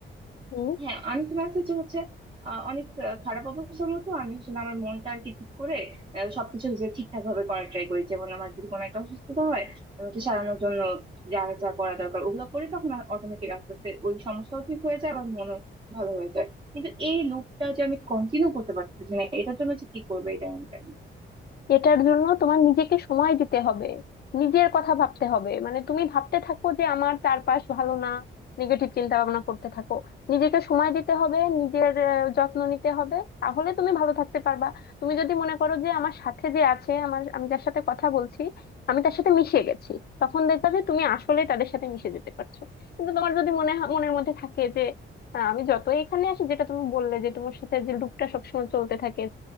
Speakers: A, on the left (about 50°); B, on the right (about 25°).
A: হুম
B: হ্যাঁ আমি তো আছে যে হচ্ছে আহ, অনেক আহ, খারাপ অবস্থার মতো আমি আসলে আমার মনটা আর কি ঠিক করে আহ, সবকিছু যে ঠিকঠাক ভাবে করার ট্রাই করি যেমন আমার যদি কোনো একটা অসুস্থতা হয় আমি ওকে
A: হুম।
B: সারানোর জন্য যা যা করা দরকার ওগুলো করে তখন অটোমেটিক আস্তে আস্তে ওই সমস্যাও ঠিক হয়ে যায় আমার মনও ভালো হয়ে যায় কিন্তু এই লুপটা যে আমি কন্টিনিউ করতে পারতেছি না এটার জন্য যে কি করবে এটা আমি জানি না।
A: এটার জন্য তোমার নিজেকে সময় দিতে হবে নিজের কথা ভাবতে হবে মানে তুমি ভাবতে থাকো যে আমার চারপাশ ভালো না নেগেটিভ চিন্তা ভাবনা করতে থাকো নিজেকে সময় দিতে হবে নিজের আহ, যত্ন নিতে হবে তাহলে তুমি ভালো থাকতে পারবা তুমি যদি মনে করো যে আমার সাথে যে আছে আমার আমি যার সাথে কথা বলছি আমি তার সাথে মিশে গেছি তখন দেখবা যে তুমি আসলে তাদের সাথে মিশে যেতে পারছো কিন্তু তোমার যদি মনে হয়- মনের মধ্যে থাকে যে আহ, আমি যতই এখানে আসি যেটা তুমি বললে যে তোমার সাথে যে লুপটা সবসময় চলতে থাকে